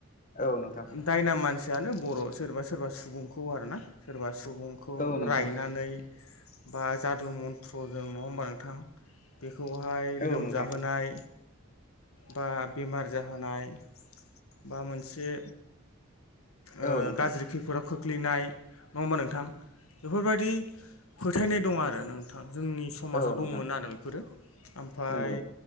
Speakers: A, on the left; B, on the left.
A: औ नोंथां
B: दायना मानसियानो बर' मा सोरबा सुबुंखौ आरोना सोरबा सुबुंखौ
A: औ नोंथां
B: रायनानै बा जादु मन्त्रजों नङा होमबा नोंथां! बेखौहाय
A: औ
B: लोमजाहोनाय
A: नोंथां
B: बा बेमार जाहोनाय बा मोनसे ओ
A: औ नोंथां
B: गाज्रि खैफोदाव खोख्लैनाय नङा होमबा नोंथां। बेफोरबायदि फोथायनाय दं आरो नोंथां जोंनि समाजाव
A: औ नोंथां
B: दंमोन आरो। बेफोरो ओमफफ्राय
A: नंगौ